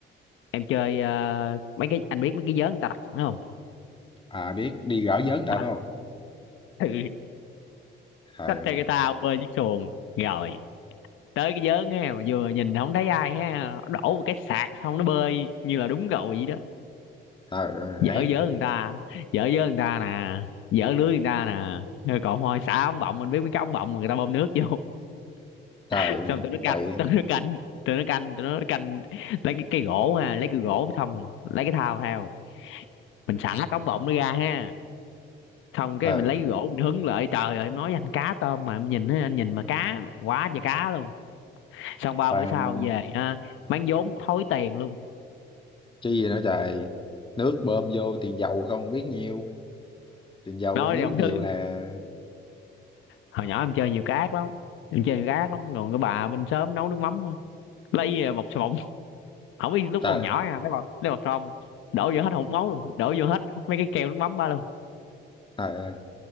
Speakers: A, on the left (about 85°); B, on the left (about 25°).
A: em chơi ờ, mấy cái anh biết mấy cái vớ người ta đặt sẵn không
B: à biết đi gõ vớn tại
A: À,
B: phải không
A: ừ
B: trời
A: xách theo cái tao bơi chiếc xuồng rồi tới cái vớ nghe mà vừa nhìn không thấy ai ha đổ một cái sạc xong nó bơi như là đúng rồi vậy đó
B: trời
A: dở
B: ơi, ác
A: dớ người ta dở dớ người ta nè dở lưới người ta nè Rồi còn thôi xả ống bọng mình biết mấy cái ống bọng mà người ta bơm nước vô
B: trời
A: <laughs> xong tụi nó canh
B: quậy
A: tụi nó canh tụi nó canh tụi nó canh lấy cái cây gỗ ha lấy cái gỗ xong lấy cái thao theo mình xả cái ống bọng nó ra ha xong cái
B: trời
A: mình lấy cái gỗ mình hứng lại trời ơi em nói với anh cá tôm mà em nhìn á, anh nhìn mà cá quá trời cá luôn xong ba
B: toàn
A: bữa sau về ha mang vốn thối tiền luôn
B: chi gì nữa trời nước bơm vô tiền dầu không biết nhiêu tiền dầu
A: nói
B: nước
A: thì ông
B: nhiều
A: Thư
B: nè
A: hồi nhỏ em chơi nhiều cá ác lắm em chơi nhiều cá ác lắm còn cái bà bên xóm nấu nước mắm lấy ờ, bọc xà bông không biết lúc
B: trời
A: còn nhỏ nha lấy bọc lấy bọc xà bông đổ vô hết hột máu luôn đổ vô hết mấy cái keo nước mắm ba luôn
B: Ờ,